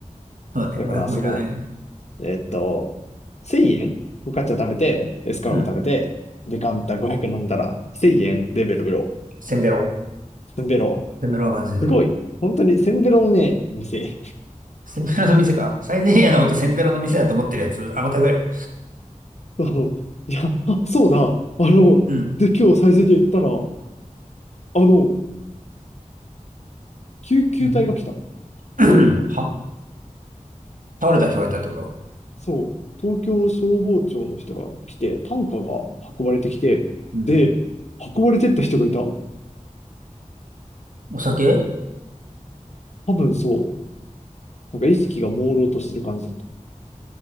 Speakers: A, on the right; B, on the left.
A: そうだね。
B: だから、
A: 500もいらないね。
B: その、えっと、1000円フォカッチャ食べて、エスカローが食べて、
A: うん。
B: デカンタ500飲んだら、1000円でベロベロ。
A: センベロ。
B: ベロ。
A: センベロが感じする。
B: すごい。本当に、せんべろのね、店。
A: センベロの店か。サイゼリアのことセンベロの店だと思ってるやつ、あなたぐらい。
B: そういや、あ、そうだ。あの、
A: うん。
B: で、今日サイゼリヤ行ったら、あの、救急隊が来た。
A: うん。<clears throat> は倒れた人がいたってこと
B: そう。東京消防庁の人が来て、担架が運ばれてきて、
A: うん。
B: で、運ばれてった人がいた。
A: お酒
B: 多分そう。なんか意識が朦朧としてる感じだっ